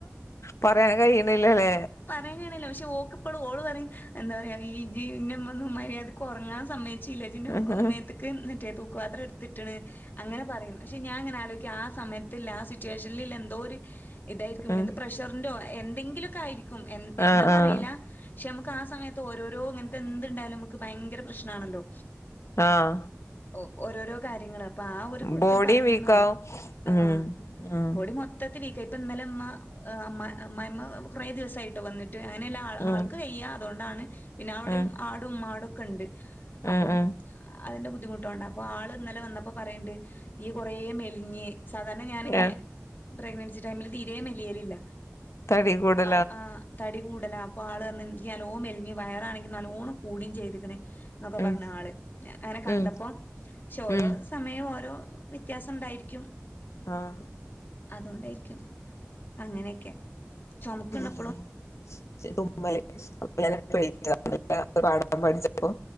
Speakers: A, on the left; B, on the left.
A: പറയാൻ കയണില്ലല്ലേ
B: പറയാൻ കാണല്ലോ പക്ഷെ ഓക്ക്‌ പ്പോ ഓള് പറയും എന്താ പറയാ ഈ ജീവമാരി അത് ഉറങ്ങാൻ സമ്മയ ചലജിന്റെ
A: ഉം
B: മേത്തക്ക് മറ്റേ തൂക്ക് പാത്രം എടുത്തിട്ടണ്, അങ്ങെ പറയും പശേ ഞാ അങ്ങന ആലോചിക്കും ആ സമയത്തി ആ സിറ്റുവേഷനിൽ എന്തോ ഒരു ഇതായിരിക്കും
A: ഉം
B: എന്ത് പ്രഷറിന്റെ എന്തെങ്കിലൊക്കെ ആയിരിക്കും എന്താന്ന്റിയില്ല
A: ആഹ് ആഹ്
B: പക്ഷെ നമുക്ക് ആ സമയത്ത് ഓരോരോന എന്ത്‌ണ്ടായാലും നമുക്ക് ഭയങ്കര പ്രശ്നാണല്ലോ
A: ആഹ
B: ഓ ഓരോരോ കാര്യങ്ങളും, അപ്പൊ ആ ഒരു കൂട്ടത്തിൽ
A: ബോഡിയും
B: പറഞ്ഞുന്നോളു.
A: വീക്കാവും
B: ആഹ
A: ഉം ഉം
B: ബൊഡി മൊത്തത്തി വീക്ക ഇപ്പ ഇന്നലെ അമ്മ അമ്മ അമ്മായിഅമ്മ കുറ ദിവസം ആയിട്ട് വന്നട്ട് ട്ട് അങ്ങനെല്ല ആൾ ആൾക്ക്
A: ഉം
B: വയ്യ അതൊണ്ടാണ് പിന്ന അവിടേം
A: ഉം
B: ആടും മാടും ക്ക്ണ്ട്. അപ്പം
A: ഉം ഉം
B: അതിൻ്റെ ബുദ്ധിമുട്ടോണ്ട അപ്പോ ആള് ഇന്നലെ വന്നപ്പോ പറയ്ണ്ട് നീ കൊറേ മെലിഞ്ഞ് സാധാരണ ഞാനിങ്ങനെ
A: ഏഹ്
B: പ്രഗ്നൻസി ടൈമില് തീരേമെലിയലില്ല
A: തടി കൂടല
B: ആ തടി കൂടലാ അപ്പൊ ആള് പർഞ്ൻക്ക് മെലിഞ് വയറാണെങ്കി ന്നല്ലോം കൂടീം ചെയ്ത്ക്ക്ണ് ന്നൊക്കെ
A: ഉം
B: പറഞ് ആള് അങ്ങനെ കണ്ടപ്പോ
A: ഉം
B: ഷൊഓരോ
A: ഉം
B: സമയം ഓരോ വിത്യാസണ്ടായിരിക്കും
A: ആഹ
B: അതോണ്ടായിരിക്കും അങ്ങനെക്കെ ചുമക്ക്ണ്ട
A: ച്ച് തുമ്മല് അപ്പ പാടാൻ പഠിച്ചപ്പൊ